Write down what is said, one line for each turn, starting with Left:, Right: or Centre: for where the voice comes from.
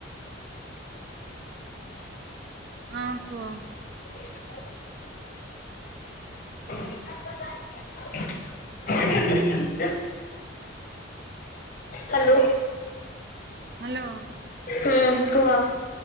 Right: ହଁ କୁହ।
Left: <inaudible> <inaudible> ହାଲୋ।
Right: ହାଲୋ।
Left: ହୁଁ କୁହ।